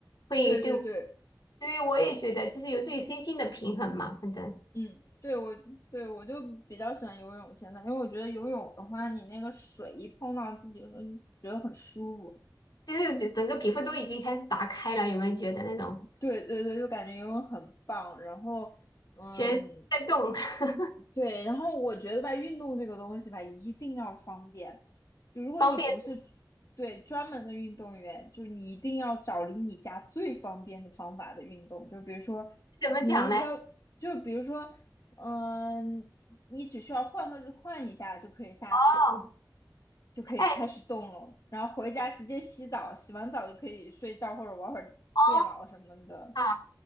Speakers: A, on the left; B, on the left.
A: 会对
B: 对对对，
A: 对我也觉得就是有助于身心的平衡嘛，反正。
B: 嗯，对我对我就比较喜欢游泳现在，因为我觉得游泳的话，你那个水一碰到自己的时候，你觉得很舒服。
A: 就是整整个皮肤都已经开始打开了，有没有觉得那种
B: 对对对，就感觉游泳很棒。然后，嗯，
A: 全身在动？<laughs>
B: 对，然后我觉得吧，运动这个东西吧，一定要方便。就如果你不是
A: 方便
B: 对专门的运动员，就你一定要找离你家最方便的方法的运动。就比如说，
A: 怎么讲呢？
B: 你能要，就比如说，嗯，你只需要换个换一下就可以下去了，
A: 哦，
B: 就可以开始动了。
A: 哎，
B: 然后回家直接洗澡，洗完澡就可以睡觉或者玩会儿电脑什么的。
A: 哦，好，